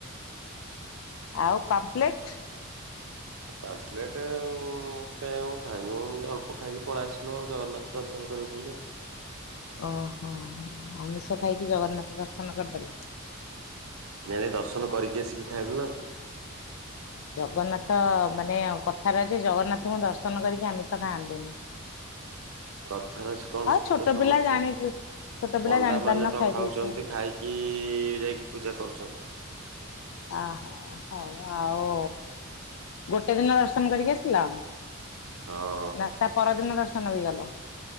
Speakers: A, on the left (about 65°); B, on the right (about 80°).
A: ଆଉ ପାମ୍ପ୍ଲେଟ?
B: ପାମ୍ପ୍ଲେଟ୍ କାଇଁ ଆଉ ଖାଇନୁ ଅଳ୍ପ ଖାଇକି ପଳେଇ ଆସିଲୁ ଆଉ ଜଗନ୍ନାଥ ଦର୍ଶନ କରିବୁ ବୋଲି ଆଉ।
A: ଓହୋ ହୋ ଆମିଷ ଖାଇକି ଜଗନ୍ନାଥ ଦର୍ଶନ କରିଦେଲ।
B: ନାଇଁ ନାଇଁ ଦର୍ଶନ କରିକି ଆସିକି ଖାଇଲୁ ନା।
A: ଜଗନ୍ନାଥ ମାନେ କଥାରେ ଅଛି ଜଗନ୍ନାଥଙ୍କୁ ଦର୍ଶନ କରିକି ଆମିଷ ଖଆନ୍ତିନି।
B: କଥାରେ ଅଛି କଣ ସେଠି
A: ଛୋଟ
B: ତ ସମସ୍ତେ
A: ପିଲା ଜାଣି ଛୋଟ ପିଲା
B: ପଣ୍ଡା
A: ଜାଣିପାରୁନ
B: ମାନେ
A: ଖାଇଦେଇଛ
B: ତ ଖାଉଛନ୍ତି
A: ଆଉ।
B: ଖାଇକି କି ଯାଇକି ପୂଜା କରୁଛନ୍ତି।
A: ଅହୋ ହଉ ଆଉ ଗୋଟେ ଦିନ ଦର୍ଶନ କରିକି ଆସିଲ?
B: ହଁ।
A: ନା ତା ପରଦିନ ଦର୍ଶନ ବି କଲ।